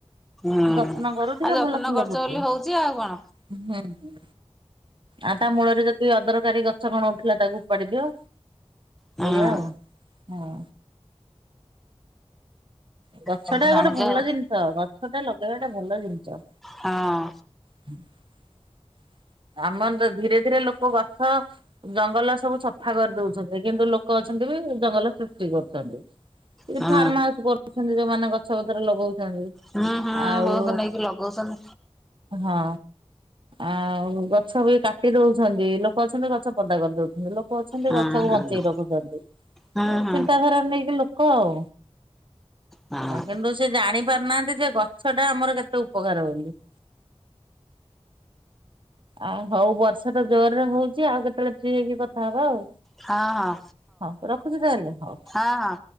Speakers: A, in the centre; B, on the right.
A: ହୁଁ
B: ଯତ୍ନ କରୁ ଟିକେ
A: ଆଉ ଯତ୍ନ
B: ଭଲ ଫୁଲ
A: କରୁଛ
B: ଫୁଟେ।
A: ବୋଲି ହଉଛି ଆଉ କଣ।
B: <unintelligible> ଆ ତା ମୂଳରେ ଯଦି ଅଦରକାରୀ ଗଛ କଣ ଉଠିଲା ତାକୁ ଉପାଡ଼ି ଦିଅ।
A: ହଁ
B: ଏଇଆ ଆଉ ହଁ। ଗଛ
A: ସବୁ
B: ଟା
A: ଜାଣିଛ
B: ଗୋଟେ ଭଲ
A: ହଁ।
B: ଜିନିଷ। ଗଛ ଟା ଲଗେଇବାଟା ଭଲ ଜିନିଷ।
A: ହଁ।
B: <inaudible> ଆମର ତ ଧୀରେ ଧୀରେ ଲୋକ ଗଛ ଜଙ୍ଗଲ ସବୁ ସଫା କରି ଦଉଛନ୍ତି। କିନ୍ତୁ ଲୋକ ଜଙ୍ଗଲ ସୃଷ୍ଟି କରୁଛନ୍ତି। କି
A: ହଁ
B: ଫାର୍ମ ହାଉସ କରୁଛନ୍ତି ଯୋଉମାନେ ଗଛ ପତ୍ର ଲଗଉ <unintelligible>
A: ହୁଁ ହୁଁ
B: ଆଉ
A: ବହୁତ ନେଇକି ଲଗଉଛନ୍ତି
B: ହଁ। ଆଉ ଗଛ ବି କାଟି ଦଉଛନ୍ତି। ଲୋକ ଅଛନ୍ତି ଗଛ ପଦା କରିଦଉଛନ୍ତି। ଲୋ ଲୋକ ଅଛନ୍ତି
A: ହଁ
B: ଗଛକୁ
A: ହଁ।
B: ବଞ୍ଚେଇ ରଖୁଛନ୍ତି।
A: ହୁଁ ହୁଁ
B: ଚିନ୍ତାଧାରା ନେଇକି ଲୋକ ଆଉ।
A: ହଁ
B: କିନ୍ତୁ ସେ ଜାଣି ପାରୁନାହାନ୍ତି ଯେ ଗଛ ଟା ଆମର କେତେ ଉପକାର ବୋଲି। <inaudible> ଆଉ ହଉ ବର୍ଷା ତ ଜୋରରେ ହଉଛି ଆଉ କେତେବେଳେ ଫ୍ରି ହେଇକି କଥା ହବ ଆଉ।
A: ହଁ ହଁ
B: ହଉ ରଖୁଛି ତାହେଲେ ହଉ।
A: ହଁ ହଁ।